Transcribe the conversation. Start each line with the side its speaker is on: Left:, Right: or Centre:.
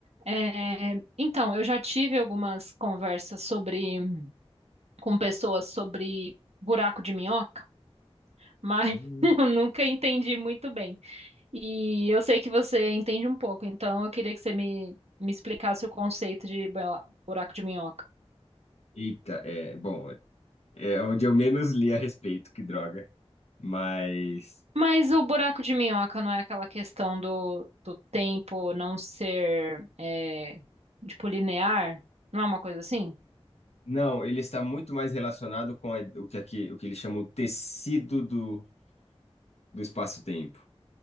Right: É, então, eu já tive algumas conversas sobre com pessoas sobre buraco de minhoca, mas
Left: Hum.
Right: <laughs> eu nunca entendi muito bem. E eu sei que você entende um pouco, então eu queria que você me, me explicasse o conceito de bela- buraco de minhoca.
Left: Eita, é, bom, é onde eu menos li a respeito, que droga. Mas,
Right: Mas o buraco de minhoca não é aquela questão do, do tempo não ser, é, tipo, linear? Não é uma coisa assim?
Left: não, ele está muito mais relacionado com a- o que aqui, o que eles chamam o tecido do, do espaço-tempo.